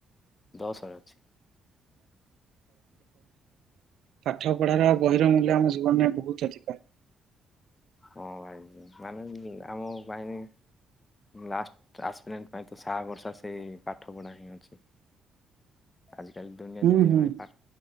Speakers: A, on the left; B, on the right.
A: ଦଶରେ ଅଛି।
B: ପାଠ ପଢାର
A: ହଁ
B: ଆଉ ବହିର ମୂଲ୍ୟ ଆମ ଜୀବନରେ ବହୁତ ଅଧିକା।
A: ହଁ ଭାଇ ମାନେ ଆମ ପାଇଁ ଲାଷ୍ଟ ଆସପଡଣ୍ଟ ପାଇଁ ତ ସ ବର୍ଷା ସେଇ ପାଠପଢ଼ା ହିଁ ଅଛି। ଆଜିକାଲି ଦୁନିଆ
B: ହୁଁ
A: ଜେମତି
B: ହୁଁ
A: ରହେ ପା